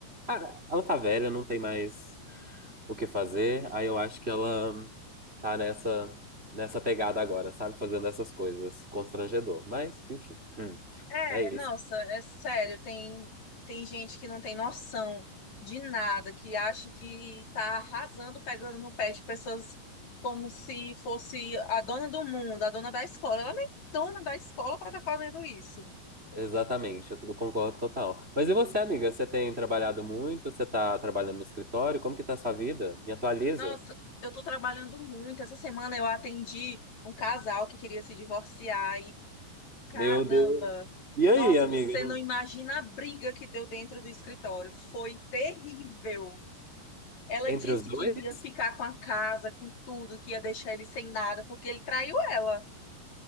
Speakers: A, on the right (about 15°); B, on the left (about 45°).
A: Ah, ela tá velha, não tem mais o que fazer. Aí eu acho que ela tá nessa nessa pegada agora, sabe? Fazendo essas coisas. Constrangedor. Mas, enfim, hum,
B: é,
A: é isso.
B: nossa, é sério, tem, tem gente que não tem noção de nada, que acha que tá arrasando, pegando no pé de pessoas como se fosse a dona do mundo, a dona da escola. Ela nem é dona da escola para estar fazendo isso.
A: Exatamente, eu tu- concordo total. Mas e você, amiga? Você tem trabalhado muito? Você tá trabalhando no escritório? Como que tá a sua vida? Me atualiza.
B: Nossa, eu tô trabalhando muito. Essa semana eu atendi um casal que queria se divorciar e caramba!
A: Meu Deus. E aí,
B: Nossa,
A: amiga?
B: você
A: Não-
B: não imagina a briga que deu dentro do escritório. Foi terrível. Ela
A: Entre
B: disse
A: os dois?
B: que ia ficar com a casa, com tudo, que ia deixar ele sem nada, porque ele traiu ela.